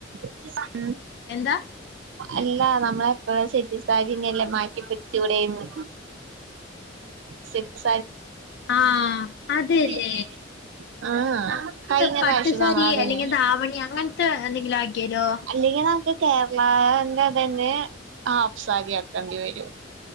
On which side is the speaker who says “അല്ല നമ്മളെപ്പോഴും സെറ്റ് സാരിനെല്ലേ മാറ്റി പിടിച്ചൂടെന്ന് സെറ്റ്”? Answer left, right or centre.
Right